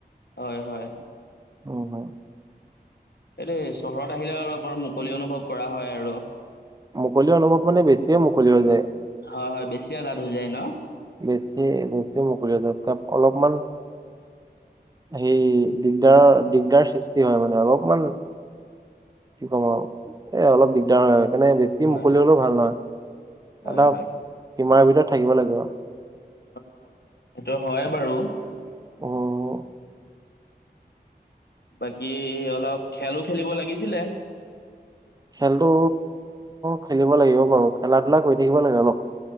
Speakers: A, on the left; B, on the right.
A: হয়। হয়।
B: অ', হয়।
A: এইটো চহৰত আহিলে অলপ মুকলি অনুভৱ কৰা হয়, আৰু
B: মুকলি অনুভৱ মানে বেছিয়ে মুকলি হৈ যায়।
A: হয়। হয়। বেছিয়ে আজাদ হৈ যায় ন
B: বেছিয়ে বেছিয়ে মুকলি হৈ যায় তাত অলপমান সেই দিগদাৰৰ দিগদাৰ সৃষ্টি হয় মানে অলপমান কি ক'ম আৰু এ অলপ দিগদাৰ হয় মানে বেছি
A: হয়
B: মুকলি
A: হয়
B: হ'লেও ভাল নহয়
A: হয়
B: এটা
A: হয়
B: সীমাৰ ভিতৰত থাকিব লাগিব আৰু
A: হয়। সেইটো হয় বাৰু
B: অ',
A: বাকী অলপ খেলো খেলিব লাগিছিলে।
B: খেলটো খেলিব লাগিব বাৰু খেলা ধূলা কৰি থাকিব লাগে। অলপ